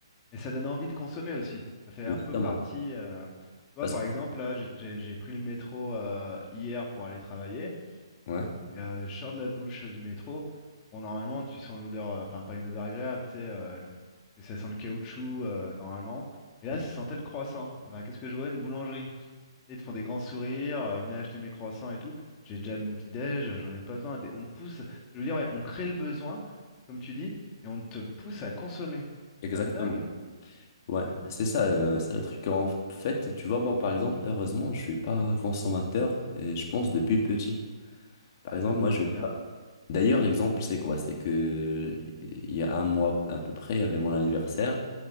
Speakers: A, on the left; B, on the left.
A: Mais ça donne envie de consommer aussi. Ça fait
B: Exactement.
A: un peu partie. euh, Tu vois,
B: Parce
A: par
B: que...
A: exemple, là, j'ai j'ai- j'ai pris le métro euh, hier pour aller travailler.
B: Ouais,
A: Et euh, je sors de la bouche euh, du métro. Bon, normalement, tu sens l'odeur, euh, enfin, pas une odeur agréable, tu sais, euh, le- parce que ça sent le caoutchouc, euh, normalement. Et là,
B: Mm.
A: ça sentait le croissant. Bah, qu'est-ce que je vois? Une boulangerie. Ils te font des grands sourires, euh, venez acheter mes croissants et tout. J'ai déjà mon petit-déj, j'en ai pas besoin. Des- On te pousse, ce que je veux dire, ouais, on crée le besoin, comme tu dis, et on te pousse à consommer.
B: exactement.
A: C'est quand même dingue.
B: Ouais, c'est ça, euh, c'est le truc. En fait, tu vois, moi, par exemple, heureusement, je suis pas consommateur et je pense depuis petit. Par exemple, moi,
A: Ah,
B: je
A: c'est
B: vais
A: bien.
B: pas. D'ailleurs, l'exemple, c'est quoi? C'est que il y a un mois à peu près, il y avait mon anniversaire.